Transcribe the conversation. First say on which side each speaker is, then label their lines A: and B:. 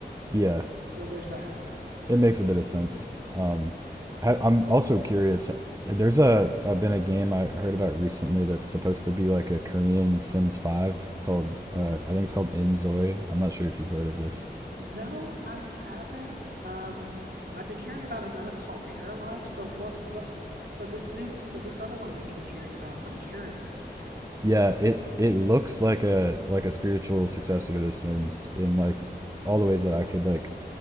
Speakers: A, on the right; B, on the right.
A: yeah,
B: S- So there's that.
A: it makes a bit of sense. Um, I, I'm also curious. There's a I've been a game I heard about recently that's supposed to be like a Korean Sims Five called uh, I think it's called Inzoi. I'm not sure if you've heard of this.
B: No, I haven't. Um, I've been hearing about another called Paralives, but what what so this new so this other one that you've been hearing about, I'm curious.
A: Yeah, it it looks like a like a spiritual successor to The Sims in like all the ways that I could like